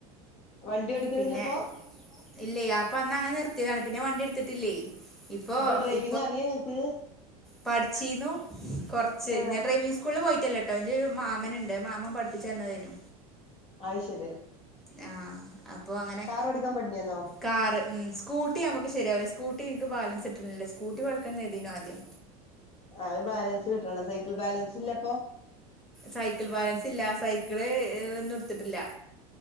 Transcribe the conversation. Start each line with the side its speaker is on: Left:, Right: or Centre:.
Left: വണ്ടി ഓടിക്കണില്ലപ്പൊ
Centre: പിന്നെ ഇല്ലേ അപ്പൊ അന്ന് അങ്ങനെ നിർത്തിയതാണ്. പിന്നെ വണ്ടി എടുത്തിട്ടില്ലേ? ഇപ്പൊ
Left: അപ്പൊ ഡ്രൈവിങ്
Centre: ഇ
Left: അറിയോ ഇങ്ങക്ക്
Centre: പഠിച്ചീന്നു കൊർച്ച്
Left: ആഹ്
Centre: ഞാ ഡ്രൈവിംഗ് സ്കൂ പോയിട്ടല്ലട്ടോ എന്റെ ഒരു മാമനുണ്ട് മാമൻ പഠിപ്പിച്ച് തന്നേനു.
Left: അയ് ശരിയ
Centre: ആഹ് അപ്പൊ അങ്ങനെ
Left: ഓടിക്കാൻ പഠിഞ്ഞന്നോ
Centre: കാർ ഉം സ്കൂട്ടി ഞമുക്ക് ശരിയാവല്ല സ്കൂട്ടി നിക്ക് ബാലൻ ട്ടണില്ല സ്കൂട്ടി വളക്കുന്നതെനു ആദ്യം.
Left: അത് ബാലൻസ് കിട്ടണം. സൈക്കിൾ ബാലൻസ് ഇല്ലപ്പോ
Centre: സൈക്കിൾ ബാലൻസ് ഇല്ല. സൈക്കിള് ഒന്നും എടുത്തിട്ടില്ല.